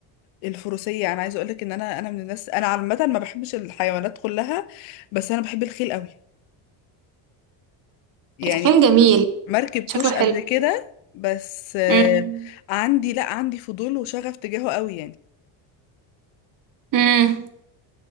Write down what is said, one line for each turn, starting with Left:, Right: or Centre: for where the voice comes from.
Left: الفروسية انا عايزة اقولك ان انا انا من الناس انا عامة ما بحبش الحيوانات كلها بس انا بحب الخيل قوي يعني
Right: الخيل جميل
Left: ما ركبتوش
Right: شكله حلو
Left: قبل كده بس آه،
Right: امم
Left: عندي لا عندي فضول وشغف تجاهه قوي يعني
Right: امم